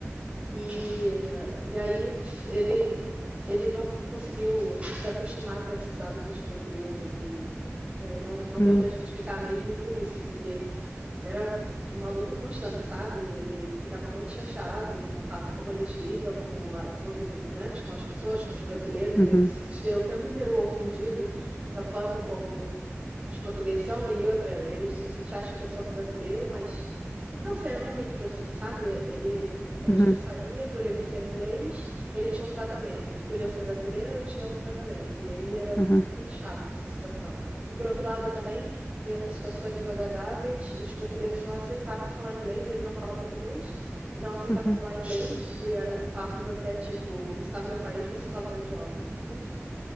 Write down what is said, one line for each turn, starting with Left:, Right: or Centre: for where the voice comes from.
Right: E, eh, e aí ele, ele não conseguiu se acostumar com esses hábitos portugueses e, e aí não, não
Left: uhum,
Right: deu para a gente ficar mesmo por isso, porque era uma luta constante, sabe? Ele ficava muito chateado com o fato como eles lidam com, a- com os imigrantes, com as pessoas, com os brasileiros.
Left: uhum,
Right: Ele se sentia o tempo inteiro ofendido da forma como os portugueses são e outra, eles, a gente acha que é só com o brasileiro, mas não sei, era um mix assim, sabe? Ele, quando
Left: uhum,
Right: a gente saía, por ele ser inglês, ele tinha um tratamento, e por eu ser brasileira, eu tinha outro tratamento. E aí era
Left: uhum,
Right: muito chato essa situação. E por outro lado também, em outras situações desagradáveis, os portugueses não aceitavam falar inglês, ele não fala português, e não aceitavam
Left: uhum.
Right: falar inglês, e eram papos até tipo, você está no meu país, você fala o meu idioma. Enfim,